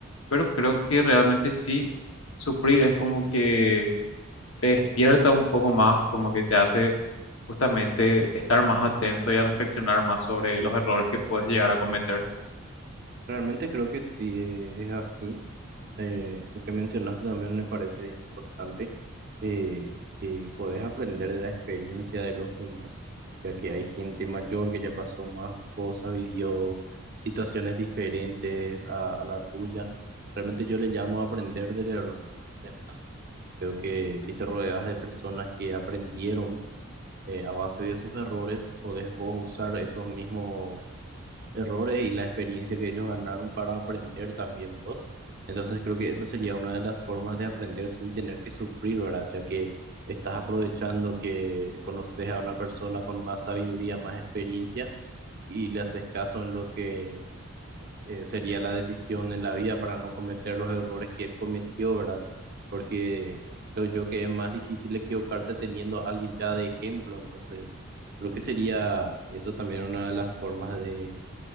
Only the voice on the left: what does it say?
pero creo que realmente sí, sufrir es como que te despierta un poco más, como que te hace justamente estar más atento y a reflexionar más sobre los errores que puedes llegar a cometer.